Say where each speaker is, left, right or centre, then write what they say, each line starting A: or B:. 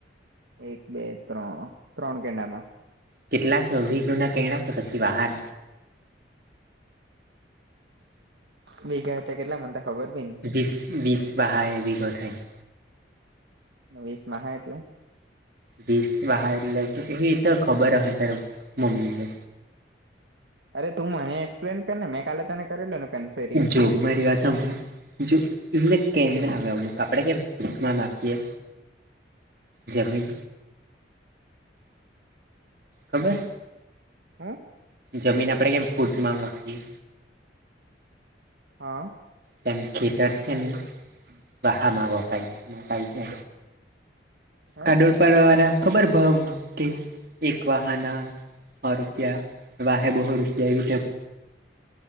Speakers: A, on the right; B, on the right.
A: એક બે ત્રણ ત્રણ કેંડામાં
B: કેટલા ગુના કેણા કે પછી બહાર
A: ભગા હતા કેટલા મતા ખબર ભ ને
B: વિસ વિસ બહાય વિગો થાય
A: વીસ મહ એટલે
B: વીસ વાહાર એટલે કે એવી તો ખબર ત્યારે મમ્મીને
A: અરે તું મને એક્સપ્લેન કર ને મેં કાલે તને <unintelligible>
B: જો મારી વાત હાભળ જો એલે કે ના હ કપડે કેમન આપતી જમીન ખબર
A: હમ
B: જમીન આપડે કેમ ફૂટમાં માપીએ
A: હા
B: તેમં ખતર છેને બ હામ પ મ પાઈ છે.
A: હે
B: કાડોળ પાડવા વાળા ખબર ભાવ કે એક વાહના હો રૂપિયા એ હે બહુ રૂપિયા એ ગટ